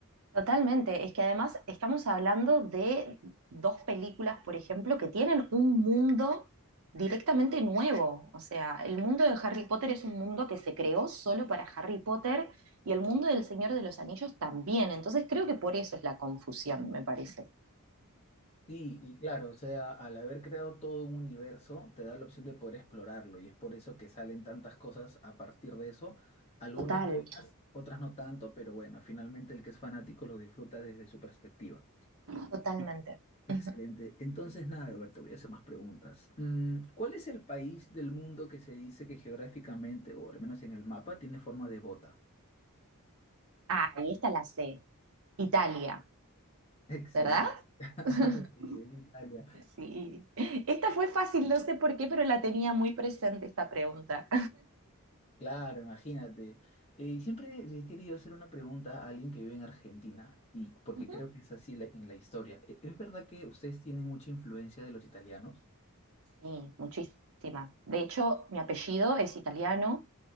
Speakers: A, on the right (about 70°); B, on the left (about 30°).
A: Totalmente, es que además estamos hablando de dos películas, por ejemplo, que tienen un mundo directamente nuevo. O sea, el mundo de Harry Potter es un mundo que se creó solo para Harry Potter y el mundo del Señor de los Anillos también. Entonces creo que por eso es la confusión, me parece.
B: Sí, y claro, o sea, al haber creado todo un universo, te da la opción de poder explorarlo y es por eso que salen tantas cosas a partir de eso, algunas
A: Total.
B: buenas, otras no tanto, pero bueno, finalmente el que es fanático lo disfruta desde su perspectiva.
A: Totalmente.
B: Excelente.
A: <laughs>
B: Entonces, nada, Alberto, te voy a hacer más preguntas. Mm, ¿cuál es el país del mundo que se dice que geográficamente, o al menos en el mapa, tiene forma de bota?
A: Ah, y esta la sé. Italia,
B: <laughs> Excelente.
A: ¿verdad?
B: <laughs>
A: <laughs>
B: Sí, es Italia.
A: Sí. Esta fue fácil, no sé por qué, pero la tenía muy presente esta pregunta.
B: Claro, imagínate. Eh, y siempre le he querido hacer una pregunta a alguien que vive en Argentina, y porque
A: <laughs>
B: creo que es así la- en la historia. E- ¿Es verdad que ustedes tienen mucha influencia de los italianos?
A: Sí, muchísima. De hecho, mi apellido es italiano,